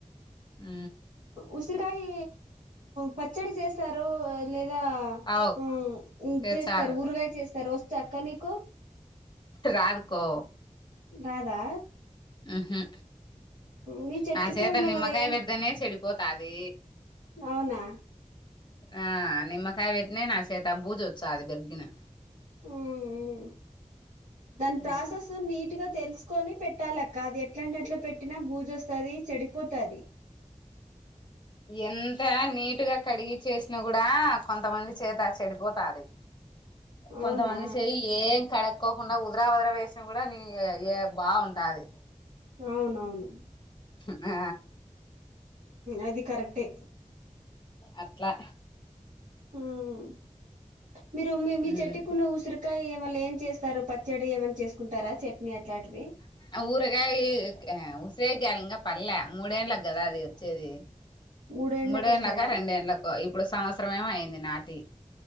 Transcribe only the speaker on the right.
ఉసిరికాయ పచ్చడి చేస్తారు లేదా
మ్
చేస్తారు ఊరగాయ చేస్తారు వచ్చా అక్క నీకు
రాదా
మీ చెట్లకే
ఉన్నాయి
కదా ఏ
అవునా
మ్ మ్ దాని ప్రాసెస్
నీట్ టిగా తెలుసుకొని పెట్టాలక్క అది ఎట్లాంట ఎట్లా పెట్టినా బూజ వస్తుది చెడిపోతుది
అవునా
అవునవును
అది కరెక్టే
మ్ మీరు మీ మీ
చెట్టుకున్న ఉసిరికాయ మళ్ళ ఏం చేస్త స్తారు పచ్చడి ఏమని చేసుకుంటారా చట్నీ అట్లాంటివి
మూడేండ్లకి
వస్తాయా